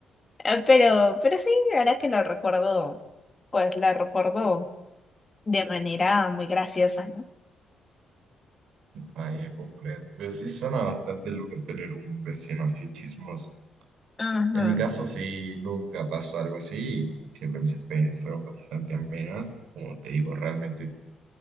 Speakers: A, on the left; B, on the right.
A: eh, pero, pero sí, ahora que lo recuerdo, pues la recuerdo de manera muy graciosa, ¿no?
B: Vaya, comprendo. Pero sí suena bastante lo que tener un vecino así chismoso.
A: Ujú.
B: En mi caso, sí, nunca pasó algo así. Siempre mis experiencias fueron bastante amenas. Como te digo, realmente